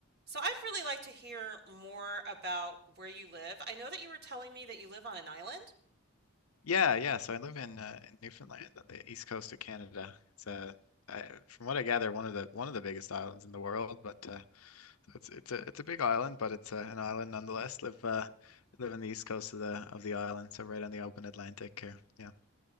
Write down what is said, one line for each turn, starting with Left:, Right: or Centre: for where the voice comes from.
Right: So I'd really like to hear more about where you live. I know that you were telling me that you live on an island.
Left: Yeah, yeah. So I live in uh, in Newfoundland on the east coast of Canada. It's uh, I, from what I gather, one of the one of the biggest islands in the world. But uh, so it's it's a it's a big island, but it's uh, an island nonetheless. Live uh, live on the east coast of the of the island, so right on the open Atlantic here. Yeah.